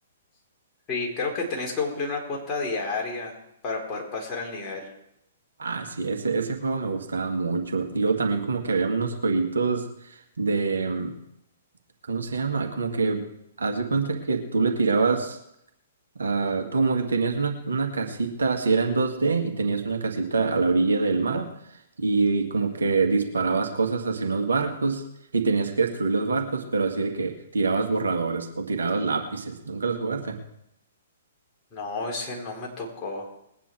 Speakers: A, on the left; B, on the right.
A: Sí, creo que tenías que cumplir una cuota diaria para poder pasar el nivel.
B: Ah, sí, ese, ese juego me gustaba mucho. Y luego también como que había unos jueguitos de, ¿cómo se llama? Como que haz de cuenta que tú le tirabas Ah, como que tenías una, una casita, así era en 2D, y tenías una casita a la orilla del mar, y, como que disparabas cosas hacia unos barcos, y tenías que destruir los barcos, pero así de que tirabas borradores o tirabas lápices. ¿Nunca los jugaste?
A: No, ese no me tocó.